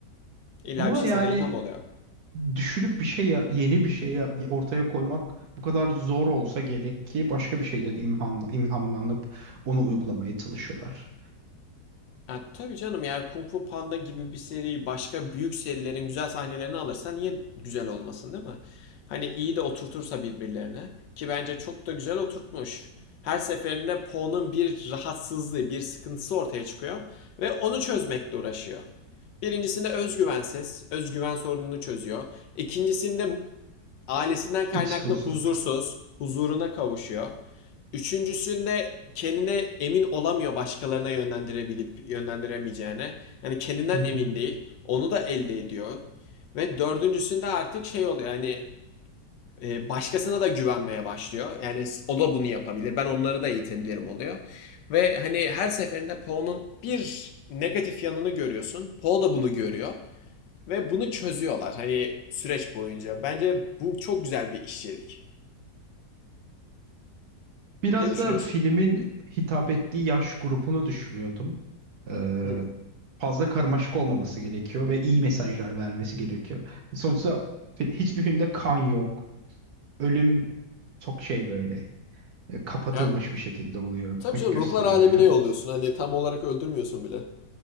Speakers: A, on the left; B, on the right.
A: İlla
B: Ama
A: bir şey
B: yani
A: sana ilham oluyor.
B: düşünüp bir şey ya- yeni bir şey ya- ortaya koymak bu kadar zor olsa gerek ki başka bir şeyden imhan, ilhamlanıp onu uygulamaya çalışıyorlar.
A: Ya tabii canım ya Kung Fu Panda gibi bir seri başka büyük serilerin güzel sahnelerini alırsa niye güzel olmasın değil mi? Hani iyi de oturtursa birbirlerine ki bence çok da güzel oturtmuş. Her seferinde Po'nun bir rahatsızlığı, bir sıkıntısı ortaya çıkıyor ve onu çözmekle uğraşıyor. Birincisinde özgüvensiz, özgüven sorununu çözüyor. İkincisinde ailesinden kaynaklı
B: İç huzur.
A: huzursuz, huzuruna kavuşuyor. Üçüncüsünde kendine emin olamıyor başkalarına yönlendirebilip yönlendiremeyeceğine. Yani kendinden
B: <laughs>
A: emin değil. Onu da elde ediyor. Ve dördüncüsünde artık şey oluyor hani e, başkasına da güvenmeye başlıyor. Yani o da bunu yapabilir. Ben onları da eğitebilirim oluyor. Ve hani her seferinde Poe'nun bir negatif yanını görüyorsun. Poe da bunu görüyor. Ve bunu çözüyorlar hani süreç boyunca. Bence bu çok güzel bir işçilik.
B: Biraz
A: Ne düşünüyorsun?
B: da filmin hitap ettiği yaş grubunu düşünüyordum. Ee,
A: Hı.
B: fazla karmaşık olmaması gerekiyor ve iyi mesajlar vermesi gerekiyor. Sonuçta fi- hiçbir filmde kan yok. Ölüm çok şey böyle e, kapatılmış
A: Ya,
B: bir şekilde oluyor.
A: tabii
B: Pek
A: canım
B: gösterilmiyor.
A: ruhlar alemine yolluyorsun. Hani tam olarak öldürmüyorsun bile.